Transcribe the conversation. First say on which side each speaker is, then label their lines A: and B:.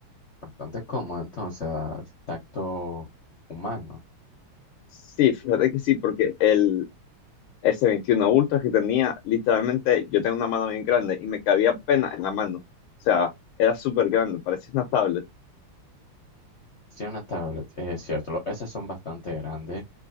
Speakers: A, on the left; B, on the left.
A: Bastante cómodo entonces al tacto humano.
B: Sí, fíjate que sí, porque el S21 Ultra que tenía, literalmente, yo tengo una mano bien grande y me cabía pena en la mano. O sea, era súper grande, parecía una tablet.
A: Sí, una tablet, es cierto. lo- Esas son bastante grandes,